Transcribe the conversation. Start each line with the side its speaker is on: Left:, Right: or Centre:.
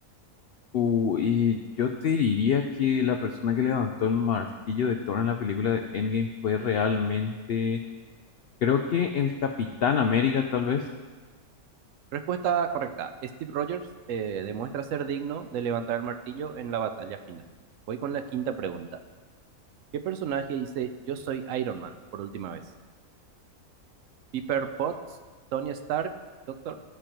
Left: Uh, y yo te diría que la persona que levantó el martillo de Thor en la película de Endgame fue realmente, creo que el Capitán América tal vez.
Right: Respuesta correcta. Steve Rogers eh, demuestra ser digno de levantar el martillo en la batalla final. Voy con la quinta pregunta. ¿Qué personaje dice Yo soy Iron Man por última vez? Pepper Potts, Tony Stark, Doctor